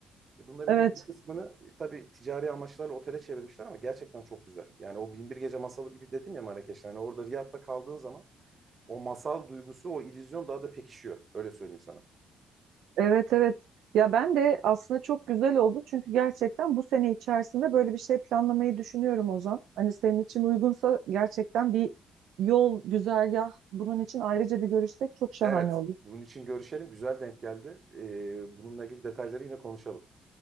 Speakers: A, on the right; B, on the right.
A: E, bunların
B: Evet
A: bir, bir kısmını e, tabii ticari amaçlarla otele çevirmişler ama gerçekten çok güzel. Yani o Binbir Gece masalı gibi dedim ya Marrakeş'te. Yani orada Riyad'da kaldığın zaman o masal duygusu, o illüzyon daha da pekişiyor. Öyle söyleyeyim sana.
B: Evet evet. Ya ben de aslında çok güzel oldu çünkü gerçekten bu sene içerisinde böyle bir şey planlamayı düşünüyorum Ozan. Hani senin için uygunsa gerçekten bir yol, güzergah bunun için ayrıca bir görüşsek çok şahane
A: Evet,
B: olur.
A: bunun için görüşelim. Güzel denk geldi. Ee, bununla ilgili detayları yine konuşalım.